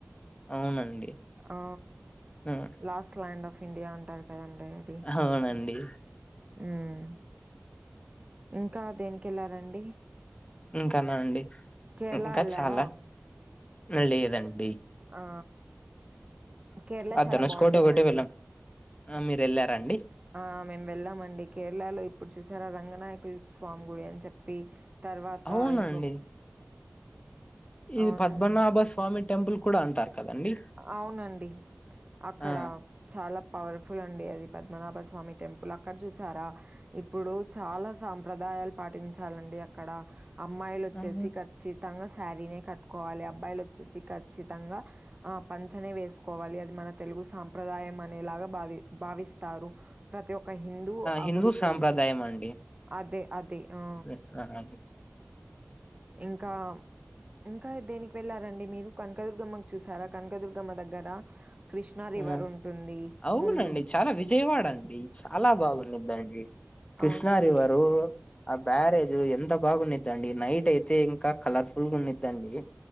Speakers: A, on the left; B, on the right.
A: అవునండి
B: ఆ
A: హ్మ్.
B: లాస్ట్ ల్యాండ్ ఆఫ్ ఇండియా అంటారు కదంట అది
A: అవునండి
B: మ్మ్ ఇంకా దేనికెళ్లారండి
A: ఇంకానా అండి
B: కేరళ
A: ఇంకా
B: ఎళ్లారా?
A: చాలా ఆ లేదండి
B: ఆ కేరళ
A: ఆ
B: చాలా
A: ధనుష్కోటి
B: బాగుంటుందండి
A: ఒకటే వెళ్ళాం మీరు వెళ్ళారా అండి
B: ఆ మేము వెళ్ళామండి కేరళలో ఇప్పుడు చూసారా రంగ నాయకులు స్వామి గుడి అని చెప్పి తర్వాత
A: అవునండి
B: ఇంకొక
A: ఇది
B: అవునండి.
A: పద్మనాభ స్వామి టెంపుల్ కూడా అంటారు కదండి
B: అవునండి అక్కడ
A: ఆ
B: చాలా పవర్ఫుల్ అండి అది పద్మనాభ స్వామి టెంపుల్ అక్కడ చూసారా ఇప్పుడు చాలా సాంప్రదాయ యాలు పాటించాలండి అక్కడ అమ్మాయిలు వచ్చేసి
A: ఆహా!
B: ఖచ్చితంగా శారీనే కట్టుకోవాలి అబ్బాయిలు వచ్చేసి ఖచ్చితంగా ఆ పంచనే వేసుకోవాలి. అది మన తెలుగు సాంప్రదాయం అనేలాగా బావి భావిస్తారు ప్రతి ఒక్క హిందూ ఆ
A: హిందూ
B: గుడికి
A: సాంప్రదాయం
B: వెళ్ళటం
A: అండి
B: అదే అదే.
A: <inaudible>
B: ఆ! ఇంకా ఇంకా దేనికి వెళ్ళారండి మీరు కనకదుర్గమ్మ ను చూసారా కనకదుర్గమ్మ దగ్గర కృష్ణ రివర్
A: ఆ!
B: ఉంటుంది
A: అవునండి
B: ముందు.
A: చాలా విజయవాడ అండి చాలా బాగున్నద్దండి కృష్ణా
B: అవునండి.
A: రివరు, ఆ బ్యారేజ్ ఎంత బాగున్నదిండి నైట్ అయితే ఇంకా కలర్ ఫు ల్ ఉన్నిద్దండి